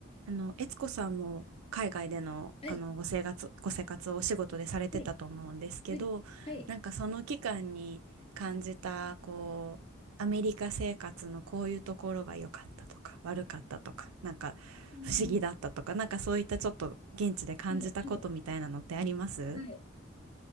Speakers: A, on the right; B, on the left.
A: あの、悦子さんも海外での、
B: はい、
A: あのご生活、ご生活をお仕事でされてたと思うんですけど、
B: はい、はい、はい、
A: なんかその期間に感じた、こう、アメリカ生活のこういうところが良かったとか、悪かったとか、なんか不思議だったとか、
B: うん。
A: なんかそういったちょっと現地で感じたことみたいなのってあります
B: はい、はい、はい